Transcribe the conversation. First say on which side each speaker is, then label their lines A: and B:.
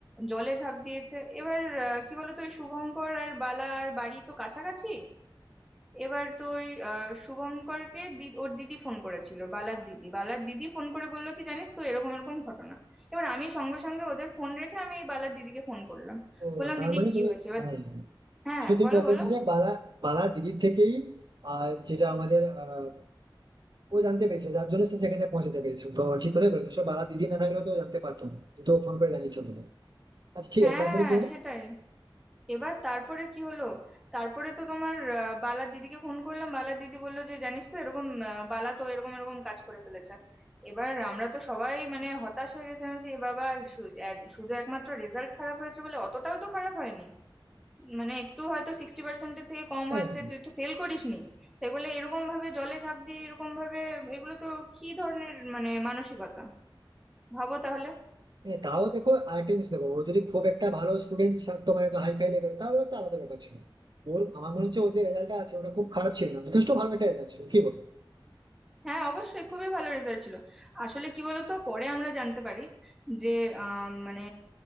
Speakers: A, in the centre; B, on the right.
A: জলে ঝাঁপ দিয়েছে এবার আহ, কি বলতো ওই শুভঙ্কর আর বালা আর বাড়ি তো কাছাকাছি এবার তো ওই আহ, শুভঙ্করকে দি ওর দিদি ফোন করেছিল বালার দিদি বালার দিদি ফোন করে বললো কি জানিস তো এরকম এরকম ঘটনা এবার আমি সঙ্গে সঙ্গে ওদের ফোন রেখে আমি বালার দিদিকে ফোন করলাম
B: ও
A: বললাম
B: তার
A: দিদি
B: মানে
A: কি
B: তুমি
A: হয়েছে এবার
B: হ্যাঁ
A: হ্যাঁ
B: শুধু
A: বলো
B: বলতে
A: বলো
B: চাইছি যে বালা বালা দিদির থেকেই আহ, যেটা আমাদের আহ, ও জানতে পেরেছে যার জন্য সে সেখানে পৌঁছাতে পেরেছে তো ঠিক কথাই বলেছো সব বালা দিদি না থাকলেও তো ও জানতে পারতো না। তো ফোন করে জানিয়েছে আমাকে। আচ্ছা ঠিক
A: হ্যাঁ
B: আছে তারপরে কি হলো
A: সেটাই এবার তারপরে কি হলো তারপরে তো তোমার আহ, বালার দিদিকে ফোন করলাম বালার দিদি বললো যে জানিস তো এরকম আহ, বালা তো এরকম এরকম কাজ করে ফেলেছে এবার আমরা তো সবাই মানে হতাশ হয়ে গেছিলাম যে এ বাবা শু- এক- শুধু একমাত্র রেজাল্ট খারাপ হয়েছে বলে অতটাও তো খারাপ হয়নি মানে একটু হয়তো সিক্সটি পার্সেন্টের থেকে কম
B: হ্যাঁ
A: হয়েছে তুই তো ফেল করিসনি তাই বলে এরকম ভাবে জলে ঝাঁপ দিয়ে এরকম ভাবে এগুলো তো কি ধরনের মানে মানসিকতা ভাবো তাহলে
B: হ্যাঁ, তাও দেখো আরেকটা জিনিস দেখো ও যদি খুব একটা ভালো স্টুডেন্ট থাকতো মানে হাই ফাই লেভেল তাহলে একটা আলাদা ব্যাপার ছিল ওর আমার মনে হচ্ছে ওর যে রেজাল্টটা আছে ওটা খুব খারাপ ছিল না যথেষ্ট ভালো একটা রেজাল্ট ছিল কি বল
A: হ্যাঁ অবশ্যই খুবই ভালো রেজাল্ট ছিল আসলে কি বলতো পরে আমরা জানতে পারি যে আম, মানে